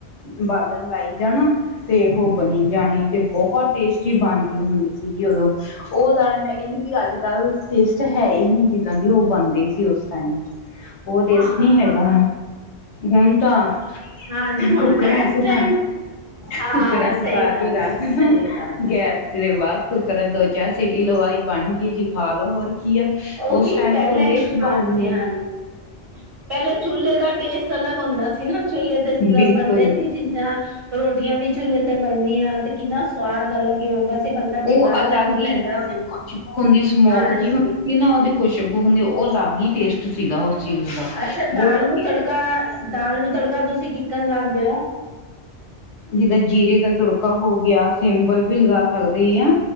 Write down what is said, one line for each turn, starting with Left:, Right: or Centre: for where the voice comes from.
Left: ਬਾਲਣ ਲਾਈ ਜਾਣਾ ਤੇ ਉਹ ਬਣੀ ਜਾਣੀ ਤੇ, ਬਹੁਤ ਟੇਸਟੀ ਬਣਦੀ ਹੁੰਦੀ ਸੀਗੀ ਉਹ ਉਹ ਦਾਨਾ ਮੈਂ ਕਦੀ ਵੀ ਅੱਜ ਕੱਲ ਟੇਸਟ ਹੈ ਹੀ ਨਹੀਂ, ਜਿੱਦਾਂ ਦੀ ਉਹ ਬਣਦੀ ਸੀ ਉਸ ਟਾਈਮ ਚ, ਉਹ ਟੇਸਟ
Right: ਹਾਂ
Left: ਨਹੀਂ ਹੈਗਾ ਹੁਣ ਤਾਂ,
Right: ਹਾਂਜੀ ਹੁਣ
Left: ਕੁੱਕਰਾਂ
Right: ਤਾਂ ਇਸ
Left: ਚ
Right: ਟਾਈਮ
Left: ਪਾ,
Right: ਹਾਂ
Left: ਕੁੱਕਰਾਂ ਚ
Right: ਸਹੀ
Left: ਪਾ
Right: ਗੱਲ
Left: ਕੇ ਰਖ
Right: ਹੈ ਸਹੀ ਗੱਲ ਹੈ
Left: ਗੈਸ ਜਿਹਦੇ ਬਾਦ ਕੁੱਕਰਾ, ਦੋ ਚਾਰ ਸੀਟੀ ਲਵਾਈ, ਬਣ ਗਈ ਜੀ ਖਾ ਲਓ ਹੋਰ ਕੀ ਆ
Right: ਉਹ
Left: ਉਸ
Right: ਕੀ
Left: ਟਾਈਮ
Right: ਪਹਿਲੇ,
Left: ਖੁੱਲੇ ਚ
Right: ਹਾਂਜੀ-ਹਾਂਜੀ
Left: ਬਣ ਗਈ
Right: ਪਹਿਲੇ ਚੁਲ੍ਹੇ ਦਾ ਟੇਸਟ, ਅਲੱਗ ਹੁੰਦਾ ਸੀ ਨਾ, ਚੁਲ੍ਹੇ ਤੇ
Left: ਬਿਲਕੁਲ
Right: ਬਣਦੇ
Left: ਜੀ
Right: ਸੀ ਚੀਜ਼ਾਂ, ਰੋਟੀਆਂ ਵੀ ਚੁਲ੍ਹੇ ਤੇ ਬਣਨੀਆਂ ਤੇ ਕਿੰਨਾ ਸਵਾਦ ਅਲੱਗ ਹੀ ਹੁੰਦਾ ਸੀ, ਬੰਦਾ ਬਿਮਾਰ
Left: ਉਹ ਅਲੱਗ
Right: ਤੱਕ ਨਹੀਂ
Left: ਹੀ
Right: ਪੈਂਦਾ
Left: ਜਿੱਦਾਂ
Right: ਸੀ
Left: ਖੁਸ਼ਬੂ ਹੁੰਦੀ ਸਮੋਕ
Right: ਹਾਂਜੀ
Left: ਜਿ ਹੁੰਦੀ ਸੀ ਨਾ, ਉਹਦੇ ਖੁਸ਼ਬੂ ਹੁੰਦੀ ਉਹ ਅਲੱਗ ਹੀ ਟੇਸਟ ਸੀਗਾ ਚੀਜ਼ ਦਾ
Right: ਅੱਛਾ, ਦਾਲ
Left: ਬਹੁਤ
Right: ਨੂੰ ਤੜਕਾ -ਦਾਲ ਨੂੰ ਤੜਕਾ ਤੁਸੀਂ, ਕਿਕਨ ਲਾਉਂਦੇ ਹੋ?
Left: ਜਿੱਦਾਂ, ਜੀਰੇ ਦਾ ਤੁੜਕਾ ਹੋ ਗਿਆ, ਸਿੰਪਲ ਵੀ ਲਗਾ ਸਕਦੇ ਹਾ